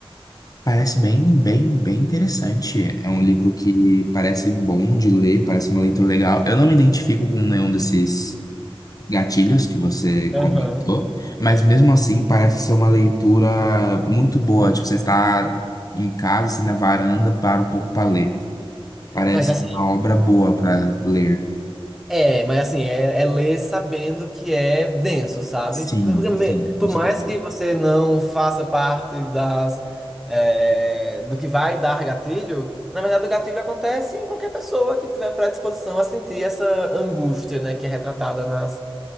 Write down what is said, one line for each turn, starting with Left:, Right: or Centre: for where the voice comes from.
Left: parece bem, bem, bem interessante. É um livro que parece bom de ler, parece uma leitura legal. Eu não me identifico com nenhum desses. gatilhos que você comentou,
Centre: Aham.
Left: mas mesmo assim parece ser uma leitura muito boa. Tipo, você está em casa, assim, na varanda, para um pouco para ler. Parece
Centre: Mas assim.
Left: uma obra boa para ler.
Centre: É, mas assim, é, é ler sabendo que é denso, sabe?
Left: Sim,
Centre: Porque me-
Left: sim, com
Centre: por mais
Left: certeza.
Centre: que você não faça parte das, é, do que vai dar gatilho, na verdade o gatilho acontece em qualquer pessoa que tiver predisposição a sentir essa angústia, né, que é retratada nas,